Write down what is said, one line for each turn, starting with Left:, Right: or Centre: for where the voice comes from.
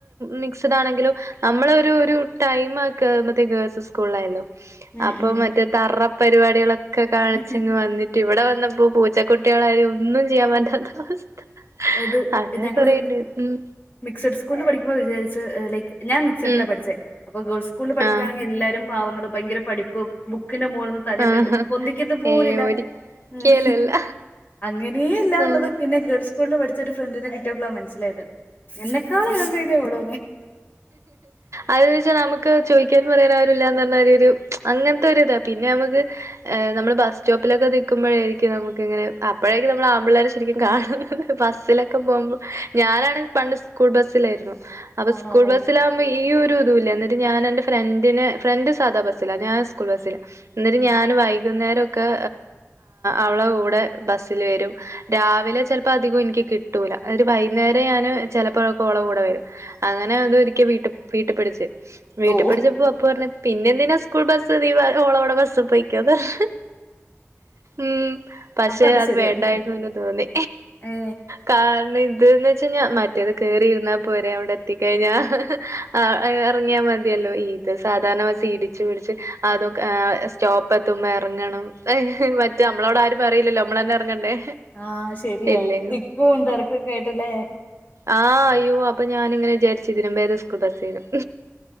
Right: മിക്സ്ഡ് ആണെങ്കിലും നമ്മള ഒരു ഒരു ടൈം ആക്ക മറ്റേ ഗേൾസ് സ്കൂളിലായാലോ
Left: ഉം
Right: അപ്പൊ
Left: ഉം
Right: മറ്റേ തറ പരിപാടികളൊക്കെ കാണിച്ചെങ്ങ്
Left: ഉം.
Right: വന്നിട്ട് ഇവിടെ വന്നപ്പോ പൂച്ചക്കുട്ടികളായും ഒന്നും ചെയ്യാൻ പറ്റാത്ത അവസ്ഥ
Left: അത്
Right: അങ്ങനെ
Left: ഞങ്ങള്
Right: കൊറേണ്ട് ഉം
Left: മിക്സഡ് സ്കൂളി പഠിക്കുമ്പോ വിചാരിച്ച് ലൈക്ക് ഞാൻ മിക്സിഡില
Right: ഉം
Left: പഠിച്ചേ അപ്പൊ ഗൾസ്കൂളിൽ പഠിക്കണെങ്കിൽ
Right: ആഹ്
Left: എല്ലാരും പാവങ്ങള് ഭയങ്കര പഠിപ്പ് ബുക്കിന്റെ മോകൾന്ന് തലന്ന്
Right: ആഹ്
Left: പൊന്ക്കത് പോലില്ല
Right: ഏയ് ഒരിക്കലല്ല
Left: ഉം അങ്ങനെയല്ല ഉള്ളത്
Right: ആഹ്
Left: പിന്നെ ഗേൾസ് സ്കൂളിൽ പഠിച്ച ഒരു ഫ്രണ്ടിനെ കിട്ടിയപ്പോളാ മനസിലായത് എന്നെക്കാള എൻതേ ഉള്ള
Right: അത വെച്ചാൽ നമുക്ക് ചോദിക്കാൻ പറയാന ആരുില്ല അങ്ങനത്തെ ഒരു ഇതാ പിന്നെ നമുക്ക് നമ്മ ബസ്റ്റോപ്പിലൊക്കെ നീക്കുമ്പോഴായിരിക്കും നമുക്ക് ഇങ്ങനെ അപ്പോഴേക്ക നമ്മൾ ആമ്പിളേര ശും കാണുന്നത് ബസ്സിലൊക്കെ പോകുമ്പോ ഞാനാണ് പണ്ട് സ്കൂൾ ബസ്സിലായിരുന്നു അപ്പൊ
Left: ആണോ
Right: സ്കൂൾ
Left: ഓ
Right: ബസ്സില ഈ ഒരു ഇതു ഇല്ല എന്നിട്ട് ഞാൻ എന്റെ ഫ്രണ്ടിനെ ഫ്രണ്ട് സാധാ ബസ്സില്ല ഞാൻ സ്കൂൾ ബസ്സില്ല എന്നിട്ട്
Left: ഉം
Right: ഞാൻ വൈകുന്നേരക്കെ അവള കൂടെ ബസ്സിൽ വരും രാവിലെ ചെലപ്പോ അധികം എനിക്ക് കിട്ടൂല ഒരു വൈകുന്നേരം ഞാന് ചിലപ്പോഴൊക്കെ കൂടെ വരും അങ്ങനെ അതരിക്ക വട്ട വീട്ടുപിടിച്ച് വീട്ട
Left: ഓ
Right: പിടിച്ചപ്പോ പറഞ്ഞെ പിന്നെ എന്തിനാ സ്കൂൾ ബസ്സ് ഓളോടെ ബസ് പോയിക്ക പറഞ്ഞു ഉം പക്ഷെ
Left: അപ്പൊ
Right: അത്
Left: ശരിയായിരുന്നു
Right: വേണ്ടായിരുന്നു എന്ന് തോന്നി
Left: ഏ
Right: കാരണം ഇത് എന്നു വെച്ച ഞ മറ്റേത് കേറിയിരുന്നാ പോരെ അവിടെ എത്തിക്കഴിഞ്ഞാ ആഹ് ഇറങ്ങിയാൽ മതിയല്ലോ ഇത് സാധാരണ ഇടിച്ചു പിടിച്ച് അതും സ്റ്റോപ്പത്തുമ്പോ യെറങ്ങണം മറ്റേ നമ്മളോട് ആരും പറയില്ലല്ലോ നമ്മളന്നെ എറങ്ങണ്ടേ
Left: ആഹ് ശരിയാ
Right: ഇല്ലെങ്കി
Left: തിക്കും തെരക്കൊക്കെ ആയിട്ട്ല്ലേ
Right: ആഹ് അയ്യോ അപ്പൊ ഞാനിങ്ങനെ വിചാരിച്ച് ഇതിലും ഭേദം സ്കൂൾ ബസ്സാരുന്നു